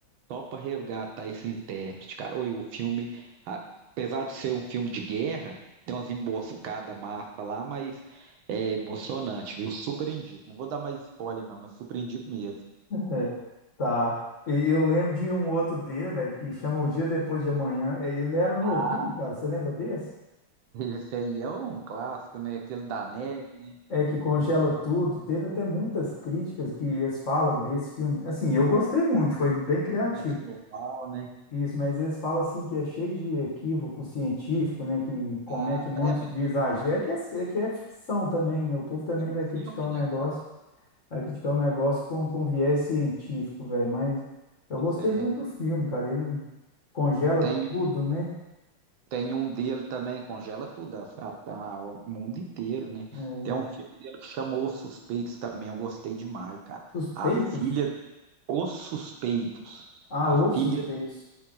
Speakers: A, on the right (about 75°); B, on the left (about 45°).
A: só para resgatar esse intérprete, cara. Oi, o filme, a- apesar de ser um filme de guerra, tem umas emboscadas massa lá, mas é emocionante, viu? Super indico. Não vou dar mais spoiler não, mas super indico mesmo.
B: é, tá. E eu lembro de um outro dele, velho, que chama O Dia Depois de Amanhã. É, Ele era novinho,
A: Ah,
B: cara. Você lembra desse?
A: esse aí é um clássico, né? Aquele da neve, né?
B: É, é que congela tudo. Teve até muitas críticas que eles falam desse filme. Assim, eu gostei muito, foi bem criativo.
A: Aquecimento global, né?
B: Isso, mas eles falam assim que é cheio de equívoco científico, né? Que comete
A: Ah,
B: um
A: tá.
B: monte
A: é, mas
B: de exagero. É que é, é que é ficção também, né? O povo também
A: é um
B: vai criticar
A: filme,
B: o
A: né,
B: negócio,
A: cara?
B: vai criticar o negócio com, com viés científico, velho. Mas eu
A: Pois
B: gostei
A: É.
B: muito do filme, cara. Ele congela
A: Tem
B: tudo, né?
A: Tem um dele também, congela tudo, a- a- a- o mundo inteiro, né?
B: É,
A: Tem um filme dele que chamou Os Suspeitos também, eu gostei demais, cara.
B: Suspeitos?
A: A filha, Os Suspeitos.
B: Ah,
A: A
B: os
A: filha,
B: suspeitos.